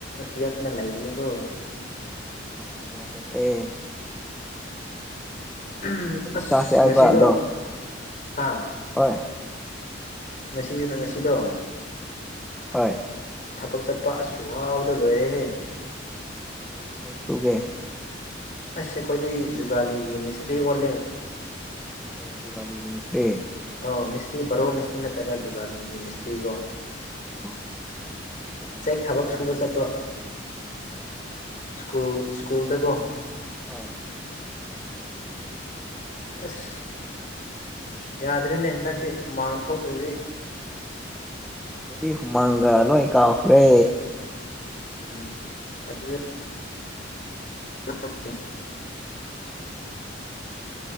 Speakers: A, on the left (about 45°); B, in the centre.
A: ꯌꯣꯠꯇꯅ ꯂꯩꯒꯅꯤꯀꯣ
B: <unintelligible>
A: ꯎꯝ
B: ꯀꯔꯤ
A: ꯑꯁ
B: ꯆꯥꯁꯦ ꯍꯥꯏꯕ
A: ꯉꯁꯤꯗꯣ
B: ꯑꯗꯣ
A: ꯍꯥ
B: ꯍꯣꯏ
A: ꯉꯁꯤꯁꯨ ꯉꯁꯤꯗꯣ
B: ꯍꯣꯏ
A: ꯊꯕꯛ ꯆꯠꯄ ꯑꯁꯨ ꯑꯎꯗ ꯂꯣꯏꯔꯦꯍꯦ
B: ꯀꯔꯤ ꯊꯕꯛ ꯁꯨꯒꯦ
A: ꯑꯁꯁꯦ ꯑꯩꯈꯣꯏꯗꯤ ꯖꯨꯒꯥꯂꯤꯒꯤ ꯃꯤꯁꯇ꯭ꯔꯤ ꯑꯣꯜꯂꯦ
B: ꯑꯣ ꯖꯨꯒꯥꯂꯤꯒꯤ ꯃꯤꯁꯇꯔꯤ
A: ꯑꯣ ꯃꯤꯁꯇ꯭ꯔꯤ ꯕꯔꯣ ꯃꯤꯁꯇ꯭ꯔꯤ ꯅꯠꯇꯕ ꯖꯨꯒꯥꯂꯤꯒꯤ ꯃꯤꯁꯇ꯭ꯔꯤ ꯀꯣ
B: ꯑꯣ ꯌꯥꯝ
A: ꯆꯦꯛ
B: ꯁꯤꯕ
A: ꯊꯕꯛ ꯁꯨꯕ
B: ꯋꯥꯔꯤ
A: ꯆꯠꯄ
B: ꯑ
A: ꯁ꯭ꯀꯨꯜ ꯁꯀꯨꯜ ꯇ ꯀꯣ
B: ꯍꯣꯏ
A: ꯑꯁ ꯌꯥꯗ꯭ꯔꯦꯅꯦ ꯍꯟꯗꯛꯁꯦ ꯍꯨꯃꯥꯡ ꯊꯣꯛꯇ꯭ꯔꯗꯤ
B: ꯑꯩꯗꯤ ꯍꯨꯃꯥꯡꯒ ꯂꯣꯏ ꯀꯥꯎꯈ꯭ꯔꯦ
A: ꯎꯝ ꯑꯗꯨ ꯑ